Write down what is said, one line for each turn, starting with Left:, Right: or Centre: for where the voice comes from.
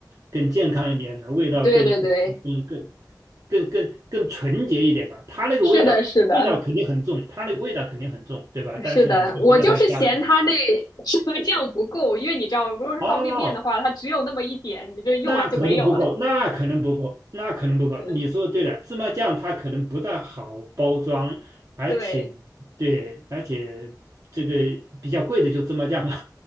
Right: 更健康一点的，味道更更更
Left: 对对对，
Right: 更更更纯洁一点吧。它那个味道味道肯定很重，
Left: 是的，是的。
Right: 它那个味道肯定很重，对吧？
Left: 是的，
Right: 但是你就不知道它加了
Left: 我就是嫌它那芝麻酱不够，因为你知道，如果是方便面的话，
Right: 哦，
Left: 它只有那么一点，你就用完就没有了。
Right: 那可能不够，那可能不够，那可能不够。
Left: <laughs> 是
Right: 你说对了，芝麻酱它可能不大好包装，而且
Left: 对，
Right: 对，而且这个比较贵的就芝麻酱了。